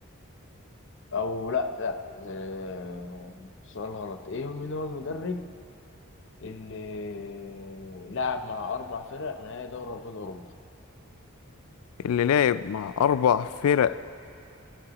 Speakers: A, on the left; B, on the left.
A: أو لأ لأ آه، سؤال غلط إيه مين هو المدرب اللي لعب مع أربع فرق نهائي دوري أبطال أوروبا؟
B: اللي لعب مع أربع فرق